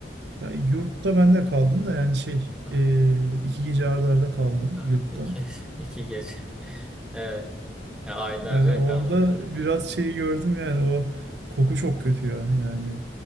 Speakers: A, on the right; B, in the centre.
A: ya yurtta ben de kaldım
B: Ha,
A: da yani şey
B: ha,
A: e, iki gece arda arda kaldım
B: ha.
A: yurtta.
B: İki, <laughs> iki gece. Evet. Ya aylarca
A: Yani orada
B: kalmadı.
A: biraz şeyi gördüm yani o koku çok kötü ya yani.